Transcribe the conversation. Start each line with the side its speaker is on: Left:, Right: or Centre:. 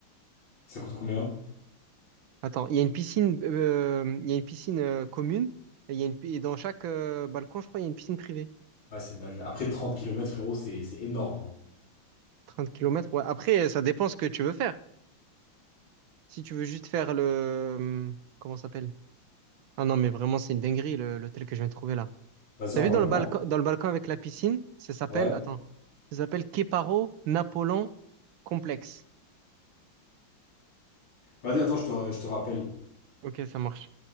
Left: Ça coûte combien?
Right: Attends, il y a une piscine, euh, il y a une piscine euh, commune, et, il y a une, pi- et dans chaque euh, balcon, je crois, il y a une piscine privée.
Left: Ouais, c'est une dinguerie. Après 30 kilomètres frérot, c'est c'est énorme.
Right: trente kilomètres ouais. Après, ça dépend ce que tu veux faire. Si tu veux juste faire le... euh, Comment ça s'appelle? Ah non, mais vraiment, c'est une dinguerie, le- l'hôtel que je viens de trouver là.
Left: Vas-y,
Right: T'as
Left: envoie-le-moi.
Right: vu dans le balcon, dans le balcon avec la piscine? Ça s'appelle...
Left: Ouais.
Right: Attends. Ça s'appelle Keparo Napoléon Complexe.
Left: Vas-y, attends, je te, je te rappelle.
Right: Ok, ça marche.